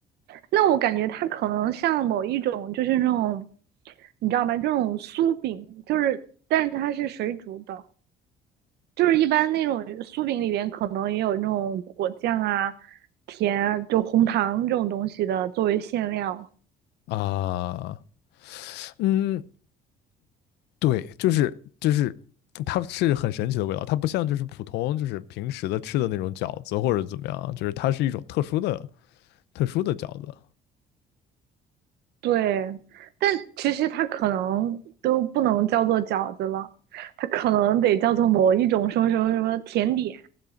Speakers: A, on the right (about 75°); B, on the left (about 85°).
A: 那我感觉它可能像某一种，就是那种，你知道吗？这种酥饼，就是，但是它是水煮的，就是一般那种酥饼里边可能也有那种果酱啊、甜啊就红糖这种东西的作为馅料。
B: 啊。嗯，对，就是就是它是很神奇的味道，它不像就是普通就是平时的吃的那种饺子或者怎么样啊就是它是一种特殊的特殊的饺子，
A: 对，但其实它可能都不能叫做饺子了，它可能得叫做某一种什么什么什么甜点。